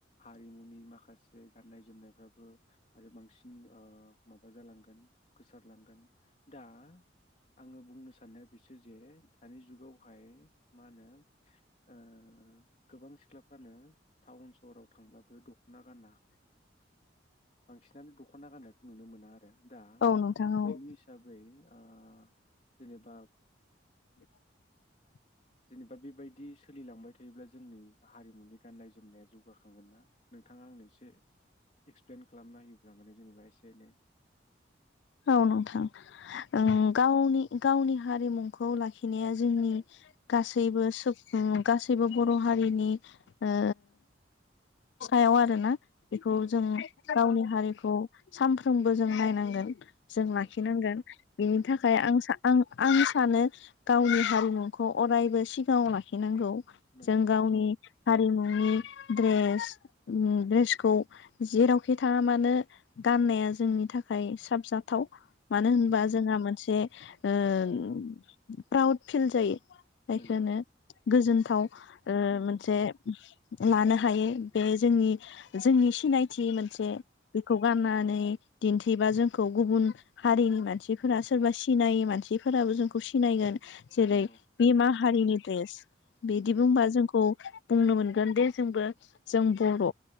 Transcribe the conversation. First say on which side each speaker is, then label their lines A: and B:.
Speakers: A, on the left; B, on the left.
A: हारिमुनि माखासे गाननाय जोमनायफ्राबो आरो बांसिन ओ माबा जालांगोन गोसारलांगोन दा आङो बुंनो साननाया बिसो जे दानि जुगावहाय मा होनो ओ गोबां सिख्लाफ्रानो टाउन सहराव थांब्लाबो दख'ना गाना
B: <unintelligible>
A: बांसिनानो दख'ना गाननायखौ नुनो मोना आरो दा
B: औ नोंथां
A: बेनि
B: औ
A: हिसाबै ओ जेनेबा
B: <unintelligible>
A: जेनेबा बेबायदि बिदि सोलिलांबाय थायोब्ला जोंनि हारिमुनि गाननाय जोमनाया जौगाखांगोन ना नोंथाङा आंनो एसे एक्सप्लेन खालामना होयोब्ला माने जेनेबा एसे एनै
B: औ नोंथां ओ गावनि गावनि हारिमुखौ लाखिनाया जोंनि गासैबो सुबुं गासैबो बर' हारि हारिनि ओ सायाव आरोना बेखौ
A: औ
B: जों गावनि हारिखौ सानफ्रोमबो जों नायनांगोन। जों
A: नंगौ
B: लाखिनांगोन बिनि
A: नंगौ
B: थाखाय आं सा आं आं सानो गावनि हारिमुखौ अरायबो सिगाङाव लाखिनांगौ
A: नंगौ
B: जों गावनि
A: नंगौ
B: हारिमु नि द्रेस द्रेसखै जेरावखि थाङ मानो गनाया जोंनि थाखाय साबजाथाव मानो होनबा
A: औ औ
B: जोंहा मोनसे ओ प्राउद फिल जायो। जायखो
A: नंगौ
B: होनो गोजोनथाव
A: नंगौ
B: मोनसे लानो हायो बे जोंनि जोंनि सिनायथि मोनसे बेखौ गाननानै दिन्थिबा जोंखौ गुबुन हारिनि मानसिफोरा सोरबा सिनायै मानसिफोराबो जोंखौ सिनायगोन जेरै
A: नंगौ
B: बिमाहारिनि दड्रेस बिदि
A: उम
B: बुंबा जोंखौ बुंनो मोनगोन दे जोंबो जों बर'